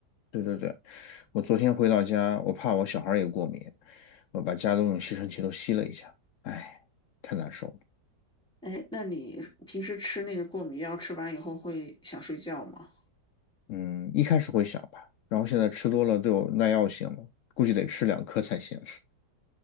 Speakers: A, on the left (about 85°); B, in the centre.
A: 对对对，我昨天回到家，我怕我小孩儿也过敏，我把家都用吸尘器都吸了一下，哎，太难受了。
B: 哎，那你平时吃那个过敏药，吃完以后会想睡觉吗？
A: 嗯，一开始会想吧，然后现在吃多了都有耐药性了，估计得吃两颗才行。